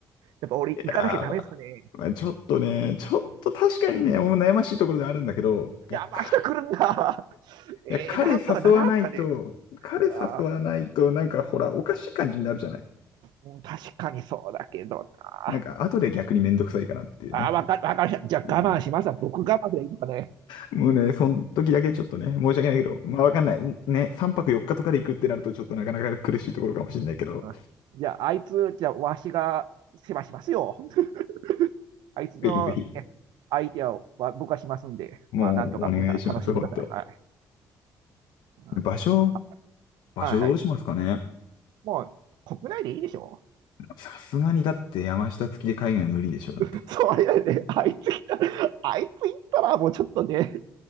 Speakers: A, on the right; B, on the left.
A: やっぱ俺、
B: やーまあ、
A: 行かなきゃダメですかね。
B: まあちょっとね、ちょっと確かにね、俺も悩ましいところではあるんだけど、いや、
A: 山下来るんだ。
B: か、
A: ええー、
B: いや、彼誘わないと、
A: なんとかならんすかね。
B: 彼誘わないと、
A: ああ、
B: なんかほら、おかしい感じになるじゃない
A: うん確かにそうだけどな。
B: なんか、後で逆にめんどくさいかなっていうね。
A: ああ、わか、わかりました。じゃあ我慢しますわ。
B: うん、
A: 僕我慢でいいのかね。
B: もうね、その時だけちょっとね、申し訳ないけど、まあわかんない。ね、3泊4日とかで行くってなると、ちょっとなかなか苦しいところかもしれないけど、
A: うんじゃあ、あいつ、じゃあ、わしが世話しますよ。<laughs> あいつの、
B: ぜひぜひ、
A: ね、相手はわ僕がしますんで、
B: もうお願いします、
A: まあ、なんとか皆さん楽しんでください。
B: ほんと。
A: はい。うん
B: 場所、場所どうしますかね
A: はいはい。もう、国内でいいでしょ
B: さすがにだって山下付きで海外無理でしょ、
A: <laughs>
B: だって。
A: そうやね、あいつ来たら、あいつ行ったら、もうちょっとね、